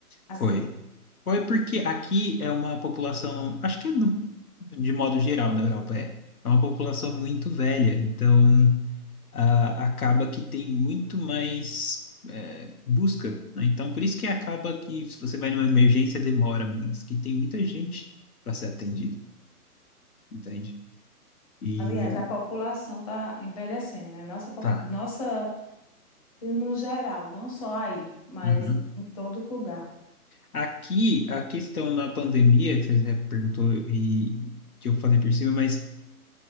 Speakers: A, on the left (about 20°); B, on the left (about 70°).
A: assim.
B: Foi. Foi porque aqui é uma população, acho que é no- de modo geral na Europa, é, é uma população muito velha, então ah, acaba que tem muito mais eh, busca, né? Então por isso que acaba que se você vai numa emergência demora muito, que tem muita gente para ser atendida, entende? E
A: Aliás, a população está envelhecendo, né? Nossa, popu-
B: tá.
A: nossa, no geral, não só aí, mas
B: uhum.
A: em todo lugar,
B: Aqui a questão da pandemia, que você perguntou e que eu falei por cima, mas